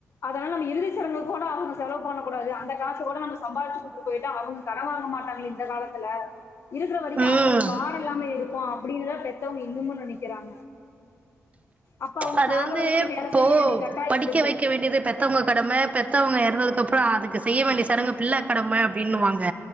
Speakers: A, on the left; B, on the right.
A: அதனால நம்ம இறுதிச்சடங்கு கூட அவுங்க செலவு பண்ணக்கூடாது அந்த காச கூட நம்ம சம்பாதிச்சுட்டு போயிட்டு அவுங்க கடன் வாங்க மாட்டாங்க இந்த காலத்துல இருக்குற வரைக்கு
B: ம்
A: அவுங்களுக்கு பாரோ இல்லாம இருப்போ அப்டின்னுதா பெத்தவங்க இன்னுமும் நெனைக்கிறாங்க அப்ப அவங்க
B: அது
A: சாகுற
B: வந்து
A: வரைக்கும் வேல
B: இப்போ
A: செய்ய வேண்டிய கட்டாயம்
B: படிக்க
A: வந்துருது
B: வைக்க வேண்டியது பெத்தவங்க கடம பெத்த த்தவங்க இறந்ததுக்கு அப்புறோ அதுக்கு செய்ய வேண்டிய சடங்கு பிள்ள கடம அப்படின்னுவாங்க